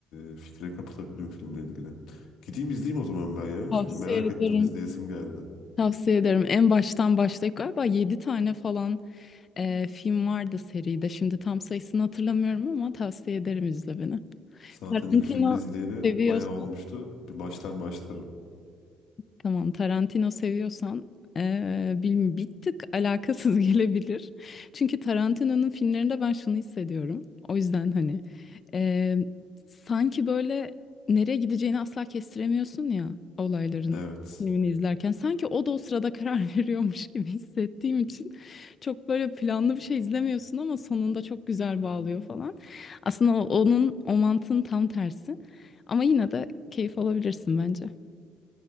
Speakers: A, on the left (about 75°); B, on the left (about 35°).
A: e, fikre kapılabilirim filmle ilgili. Gideyim izleyeyim o zaman ben ya.
B: Tavsiye
A: Şu merak
B: ederim.
A: ettim izleyesim geldi.
B: Tavsiye ederim. En baştan başlayıp galiba 7 tane falan e, film vardı seride. Şimdi tam sayısını hatırlamıyorum ama tavsiye ederim izlemeni.
A: Zaten
B: Tarantino
A: ilk filmi izleyeli
B: seviyorsan,
A: bayağı olmuştu. Bir baştan başlarım.
B: tamam Tarantino seviyorsan e, bilmiyorum bir tık alakasız <laughs> gelebilir. Çünkü Tarantino'nun filmlerinde ben şunu hissediyorum. O yüzden hani e, sanki böyle nereye gideceğini asla kestiremiyorsun ya olayların
A: Evet.
B: filmini izlerken. Sanki o da o sırada karar <laughs> veriyormuş gibi hissettiğim için. çok böyle planlı bir şey izlemiyorsun ama sonunda çok güzel bağlıyor falan. Aslında o- onun o mantığın tam tersi ama yine de keyif alabilirsin bence.